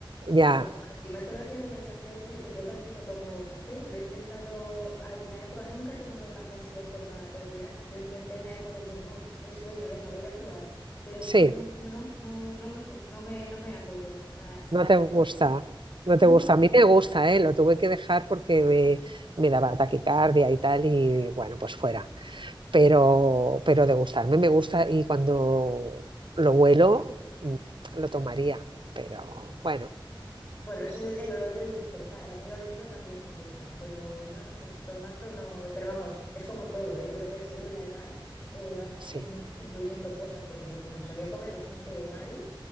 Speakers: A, on the right; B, on the left.
A: ya,
B: A mucho más. Y me ha hecho gracia lo del café porque yo tampoco tomo café. Lo he intentado alguna época. Nunca he tomado café así de forma regular. Lo intenté una época y dices, wow, qué sueño, venga, voy a probar. Pero es
A: sí.
B: que no, no, no, no, no lo sé. No me, no me hago yo. Ah,
A: No te gusta, no
B: no.
A: te gusta. A mí me gusta, ¿eh? Lo tuve que dejar porque me, me daba taquicardia y tal, y bueno, pues fuera. Pero, pero de gustarme me gusta y cuando lo huelo, lo tomaría. Pero
B: Sí.
A: bueno,
B: Bueno, es el, el olor del despertar. A mí olerlo también me gusta, pero no lo sé. Tomarlo no. Pero vamos, es como todo, ¿eh? Yo creo que según la edad eh, vas
A: sí,
B: in- incluyendo cosas porque yo, bueno, solía comer bastante mal.